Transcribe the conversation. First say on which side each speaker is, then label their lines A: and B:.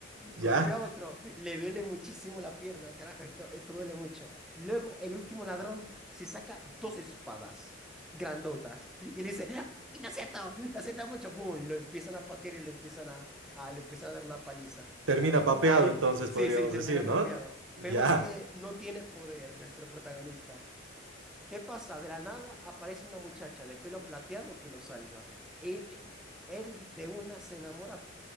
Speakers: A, on the right; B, in the centre.
A: Ya,
B: Golpea a otro, le duele muchísimo la pierna, carajo, esto, esto duele mucho. Luego el último ladrón se saca dos espadas grandotas y le dice, "Ah, lo siento, lo siento mucho, ¡pum! Lo empiezan a patear y lo empiezan a, a- le empiezan a dar una paliza.
A: termina papeado,
B: Ahí,
A: entonces
B: sí,
A: podríamos
B: sí, termina
A: decir, ¿no?
B: papeado.
A: Ya.
B: Vemos que no tiene poder nuestro protagonista. ¿Qué pasa? De la nada aparece una muchacha de pelo plateado que lo salva. Y él de una se enamora